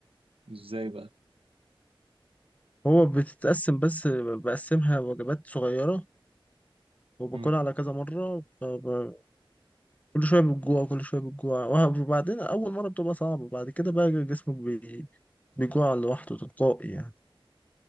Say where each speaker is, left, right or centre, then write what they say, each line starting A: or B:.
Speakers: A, on the right; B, on the left.
A: ازاي بقى
B: هو بتتقسم بس بقسمها وجبات صغيرة وباكلها
A: مم.
B: على كذا مرة فب- كل شوية بتجوع كل شوية بتجوع وه- وبعدين أول مرة بتبقى صعبة بعد كده بقى جسمك بي... بيجوع لوحده تلقائي يعني